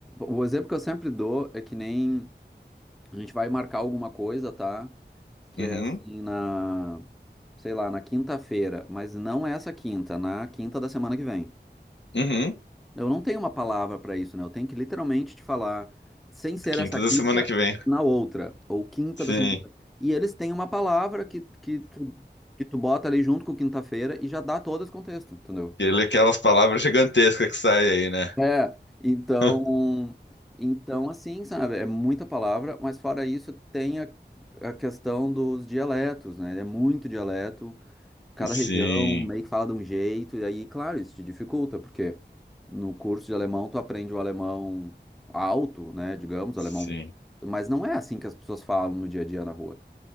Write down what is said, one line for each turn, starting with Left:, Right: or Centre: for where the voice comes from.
Centre: O exemplo que eu sempre dou é que nem a gente vai marcar alguma coisa, tá? Que
Left: Uhum,
Centre: é assim, na, sei lá, na quinta-feira, mas não é essa quinta, na quinta da semana que vem.
Left: uhum.
Centre: Eu não tenho uma palavra para isso, né? Eu tenho que literalmente te falar, sem ser
Left: Quinta
Centre: essa quinta,
Left: da semana que vem.
Centre: na outra, ou quinta
Left: Sim.
Centre: da semana que vem. E eles têm uma palavra que, que, tu, que tu bota ali junto com quinta-feira e já dá todo esse contexto, entendeu?
Left: Ele, aquelas palavras gigantescas que saem aí, né?
Centre: É, então,
Left: <laughs>
Centre: então assim, sabe? É muita palavra, mas fora isso, tem a, a questão dos dialetos, né? É muito dialeto cada
Left: Sim,
Centre: região meio que fala de um jeito, e aí, claro, isso te dificulta, porque no curso de alemão tu aprende o alemão alto, né, digamos,
Left: sim.
Centre: o alemão, mas não é assim que as pessoas falam no dia a dia na rua.